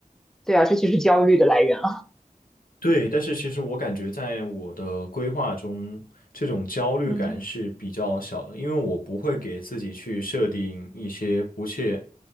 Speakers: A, in the centre; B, on the left.
A: 对啊，这就是焦虑的来源啊。
B: 对，但是其实我感觉在我的规划中，这种焦虑感是比较小的，
A: 嗯
B: 因为我不会给自己去设定一些不切，